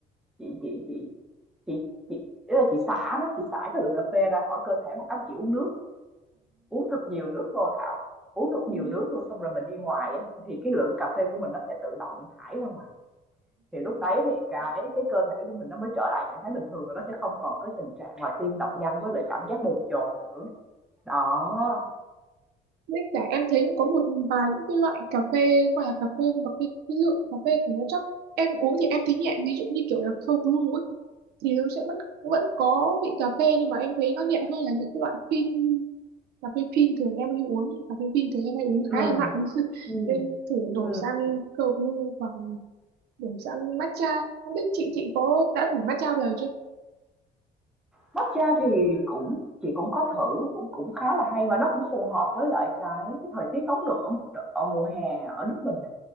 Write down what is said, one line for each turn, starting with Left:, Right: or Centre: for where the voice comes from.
Centre: chị chị chị chị chị ý là chị xả đó, chị xả cái lượng cà phê ra khỏi cơ thể bằng cách chị uống nước, uống thật nhiều nước vô Thảo, uống thật
Right: Ừ.
Centre: nhiều nước vô xong rồi mình đi ngoài á thì cái lượng cà phê của mình nó sẽ tự động thải ra ngoài. Thì lúc đấy thì cái cái cơ thể của mình nó mới trở lại trạng thái bình thường và nó sẽ không còn cái tình trạng mà tim đập nhanh với lại cảm giác bồn chồn nữa. Đó.
Right: Với cả em thấy cũng có một vài những cái loại cà phê gọi là cà phê nhưng mà cái, cái lượng cà phê của nó chắc em uống thì em thấy nhẹ ví dụ như kiểu là cold brew ấy thì nó sẽ vẫn vẫn có vị cà phê nhưng mà em thấy nó nhẹ hơn là những cái loại phin cà phê phin thường em hay uống cà phê phin thường em hay uống
Centre: ừ
Right: khá là nặng <laughs>
Centre: ừ
Right: nên thử đổ
Centre: ừ
Right: sang cold brew hoặc đổ sang matcha không biết chị chị có đã thử matcha bao giờ chưa
Centre: Matcha thì cũng chị cũng có thử, cũng cũng khá là hay và nó cũng phù hợp với lại cái cái thời tiết nóng nực ở ở mùa hè ở nước mình nè.